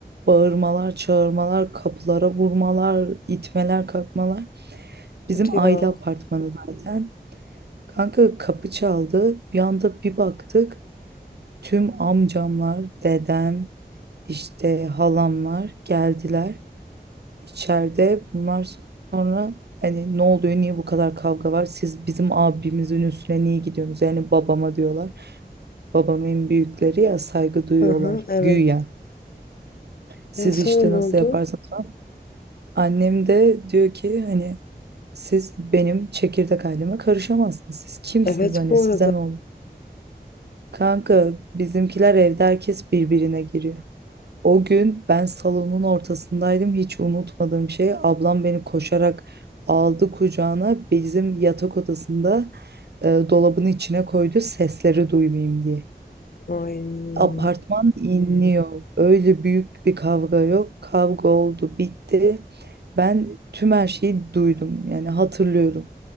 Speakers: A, on the right; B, on the left.
A: bağırmalar, çağırmalar, kapılara vurmalar, itmeler, kalkmalar. Bizim
B: Hadi
A: aile
B: ya.
A: apartmanı zaten. Kanka kapı çaldı. Bir anda bir baktık. Tüm amcamlar, dedem, işte halamlar geldiler. İçeride bunlar sonra hani ne oluyor, niye bu kadar kavga var? Siz bizim abimizin üstüne niye gidiyorsunuz? Yani babama diyorlar. Babam en büyükleri ya saygı duyuyorlar
B: Hı hı. Evet.
A: güya. Siz
B: E, sonra
A: işte
B: ne
A: nasıl
B: oldu?
A: yaparsanız falan. Annem de diyor ki hani siz benim çekirdek aileme karışamazsınız. Siz kimsiniz
B: Evet
A: hani
B: bu
A: size
B: arada.
A: ne olur? Kanka bizimkiler evde herkes birbirine giriyor. O gün ben salonun ortasındaydım. Hiç unutmadığım şey ablam beni koşarak aldı kucağına. Bizim yatak odasında e, dolabın içine koydu sesleri duymayayım diye.
B: Ay.
A: Apartman inliyor. Öyle büyük bir kavga yok. Kavga oldu, bitti. Ben tüm her şeyi duydum. Yani hatırlıyorum.